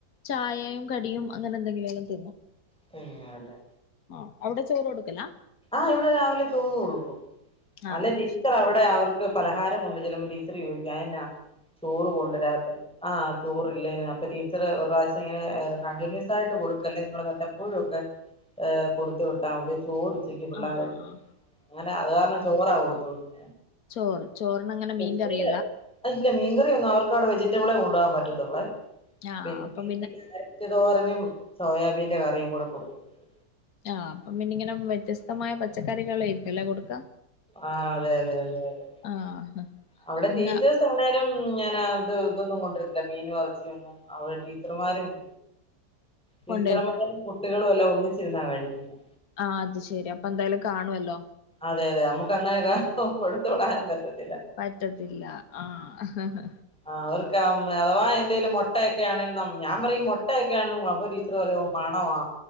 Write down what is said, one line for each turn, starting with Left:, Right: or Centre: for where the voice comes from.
Left: ചായയും കടിയും അങ്ങനെ എന്തെങ്കിലേലും തിന്നും
Centre: പിന്നെയല്ലേ
Left: ആ അവിടെ ചോറ് കൊടുക്കല
Centre: ആഹ് ഇവിടെ രാവിലെ ചോറ് കൊടുക്കും
Left: ആഹ്
Centre: അല്ലെ
Left: അത്
Centre: ടീച്ചർ
Left: ശരി
Centre: അവിടെ അവർക്ക് പലഹാരം കൊണ്ട് ചെല്ലുമ്പം ടീച്ചറ് ചോയിക്കും അയെന്ന ചോറ് കൊണ്ടുവരാത്തെ ആഹ് ചോറ് ഇല്ലേനു അപ്പം ടീച്ചറ് ഒര് പ്രാവശ്യം ഇങ്ങനെ കണ്ടിന്യൂസ് ആയിട്ട് കൊടുക്കല്ലെ നിങ്ങഴള് വല്ലപ്പോഴും ഒക്കെ ഏ കൊടുത്ത് വിട്ട മതി ചോറ് അപ്പഴ്ത്തേക്ക് പിള്ളാരെ
Left: ആഹ് ആഹ് ആഹ്
Centre: അങ്ങനെ അത് കാരണം ചോറാ കൊടു തുടങ്ങി
Left: ചോറ് ചോറിനങ്ങനെ
Centre: <unintelligible>
Left: മീൻ കറിയല്ല
Centre: അല്ല മീൻകറി ഒന്നും അവർക്ക് അവിടെ വെജിറ്റബിളെ കൊടു കൊണ്ടു പോവാൻ പറ്റത്തുള്ളെ
Left: ആഹ്
Centre: പിന്നെ
Left: അപ്പം
Centre: <unintelligible> ക്യാരറ്റ് തോരനും സോയാബീന്റെ കറിയും കൂടെ കൊടുത്ത് വിട്ടു
Left: ആഹ് അപ്പം പിന്നെ ഇങ്ങനെ വ്യത്യസ് സ്തമായ പച്ചക്കറികളായിരിക്കും അല്ലേ കൊടുക്ക
Centre: ആ അതെ അതെ അതെ അതെ
Left: ആഹ്
Centre: അവിടെ
Left: എന്നാ
Centre: ടീച്ചേഴ്സ് ആണേലും ഞാനാ ഇത് ഇതൊന്നും കൊണ്ടിരത്തില്ല മീനും എറച്ചിയൊന്നും അവിടെ ടീച്ചർമാരും <unintelligible> <unintelligible>
Left: കൊണ്ടരും
Centre: കുട്ടികളും എല്ലാം ഒന്നിച്ചിരുന്നാ കഴിക്കുന്നത്
Left: ആ അത് ശെരി അപ്പൊ എന്തായാലും കാണുവല്ലോ
Centre: അതെ അതെ നമുക്ക് അങ്ങനെ കൊടുത്ത് വിടാനും പറ്റത്തില്ല
Left: പറ്റത്തില്ല ആഹ്
Centre: ആ, അവർക്ക് ആ, അഥവാ എന്തേലും മൊട്ടയൊക്കെ ആണേലും ഞാൻ പറയും മൊട്ടയൊക്കെയാണെലും കൊ അപ്പൊ ടീച്ചർ പറയും മണവാ